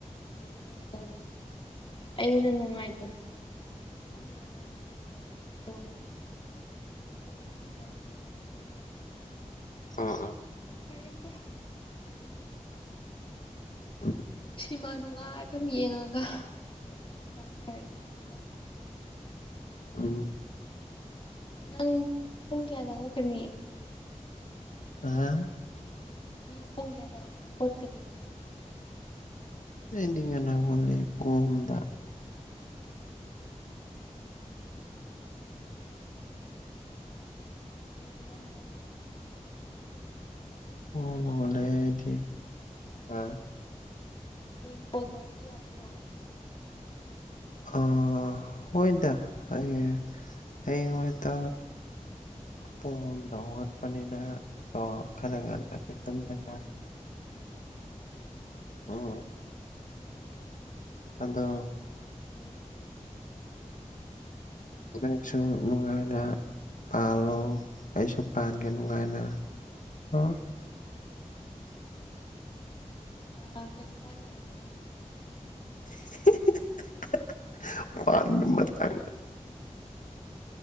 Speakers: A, on the left; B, on the left.
A: ꯑꯩꯁꯨ ꯈꯪꯕꯉꯤ ꯑꯩꯉꯣꯟꯗ ꯅꯨꯡꯉꯥꯏꯇꯕꯗꯣ ꯆꯞ ꯃꯥꯟꯅꯅ ꯃꯤꯗꯨꯁꯨ ꯅꯨꯡꯉꯥꯏꯔꯕꯀꯣꯅ ꯈꯪꯗꯕ ꯑꯗꯨ ꯈꯟꯗꯕꯗꯨ ꯅꯨꯡꯉꯥꯏꯇꯦꯕ
B: ꯑ ꯑ
A: ꯐꯔꯦꯁꯦ
B: ꯑ
A: ꯏꯃꯥ ꯅꯨꯡꯉꯥꯏꯕ ꯌꯦꯡꯉꯒ ꯐꯖꯅ ꯁꯥꯟꯊꯔ ꯅꯨꯡꯉꯥꯏ
B: ꯑ ꯏ
A: ꯅꯪ ꯄꯨꯡ ꯀꯌꯥꯗ ꯍꯧꯒꯀꯅꯤ
B: ꯑ
A: ꯅꯪ ꯄꯨꯡ ꯀꯌꯥꯗ ꯍꯧꯒꯠꯀꯗꯣꯏꯅꯣ
B: ꯑꯦꯅꯤꯡ ꯉꯅ ꯍꯧꯒꯂꯦ ꯄꯨꯡ ꯑꯍꯨꯝꯗ
A: ꯎ ꯉ ꯉꯟ <unintelligible>
B: ꯑꯣ ꯃꯒꯂꯦꯗꯤ ꯑ
A: ꯍꯌꯦꯡ ꯀꯣꯜ ꯇꯧꯔꯛꯀꯦ ꯌꯥꯕꯔꯣ
B: ꯑ ꯍꯣꯏꯗ ꯑꯩ ꯑꯩ ꯍꯣꯏꯇ ꯄꯨꯡ ꯑꯍꯨꯝꯗ ꯍꯧꯒꯠꯄꯅꯤꯅ ꯀꯣ ꯈꯔ ꯉꯟꯅꯗꯤ ꯇꯨꯝꯕ ꯌꯥꯗꯦ
A: ꯎꯝ
B: ꯑꯣ ꯑꯗꯣ
A: ꯎꯝ
B: ꯎꯝ ꯁꯨ ꯅꯨꯉꯥꯏꯅꯥ ꯄꯥꯜꯂꯣ ꯑꯩꯁꯨ ꯄꯥꯟꯒꯦ ꯅꯨꯡꯉꯥꯏꯅ ꯑꯣ
A: ꯑ ꯀꯩ ꯃꯥꯇꯥꯡꯒꯤꯅꯣ ꯑꯥꯏꯁꯦ
B: <unintelligible>